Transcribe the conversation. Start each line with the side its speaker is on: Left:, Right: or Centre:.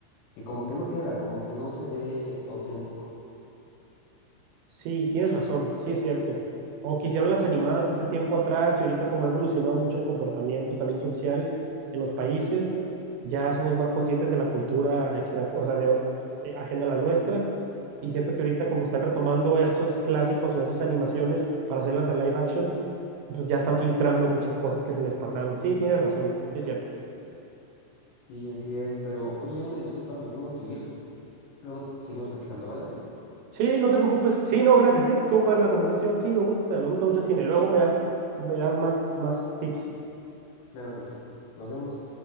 Left: que como que no queda, como que no se ve auténtico.
Right: sí, tienes razón, sí es cierto. O que hicieron las animadas hace tiempo atrás y ahorita como ha evolucionado mucho el comportamiento también social en los países, ya somos más conscientes de la cultura extranjera, o sea, de, ot- eh, ajena a la nuestra. Y siento que ahorita como están retomando esos clásicos o esas animaciones para hacerlas a live action, pues ya están filtrando muchas cosas que se les pasaron. Sí, tienes razón, sí es cierto.
Left: Sí, así es, pero oye, una disculpa, me tengo que ir. Luego seguimos platicando, ¿vale?
Right: Sí, no te preocupes. Sí, no, gracias, ¿eh? Estuvo padre la conversación. Sí, me gusta, me gusta mucho el cine. Luego me das, me das más, más tips.
Left: Claro que sí. Nos vemos.